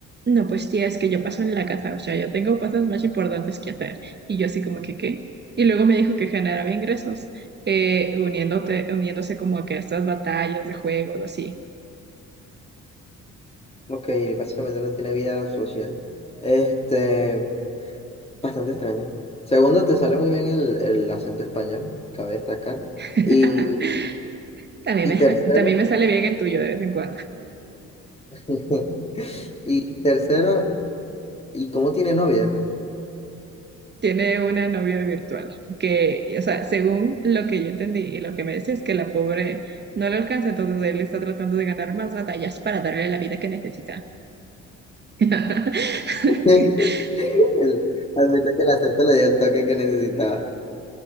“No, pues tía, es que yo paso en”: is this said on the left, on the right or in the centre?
Right